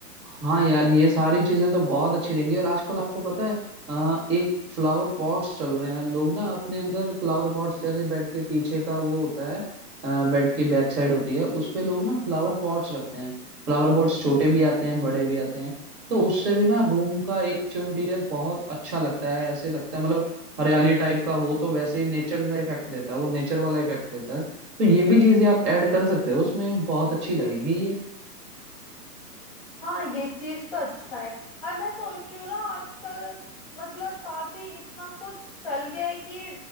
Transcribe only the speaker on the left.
हाँ ये चीज तो अच्छा है और मैं सोच रही हूँ ना आजकल मतलब काफी इतना कुछ चल गया है कि